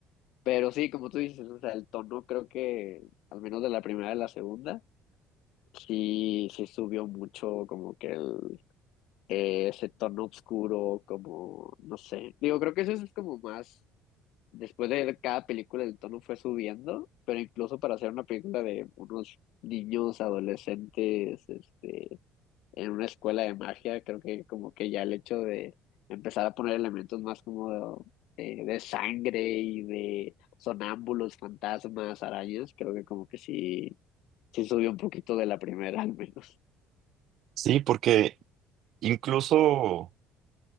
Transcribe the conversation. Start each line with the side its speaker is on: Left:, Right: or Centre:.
Left: Pero sí, como tú dices, o sea, el tono creo que, al menos de la primera a la segunda, sí, sí subió mucho como que el, eh, ese tono oscuro, como, no sé, digo, creo que eso es como más, después de cada película el tono fue subiendo, pero incluso para hacer una película de unos niños adolescentes, este en una escuela de magia, creo que como que ya el hecho de empezar a poner elementos más como de, de sangre y de sonámbulos, fantasmas, arañas, creo que como que sí, sí subió un poquito de la primera <laughs> al menos.
Right: Sí, porque Incluso,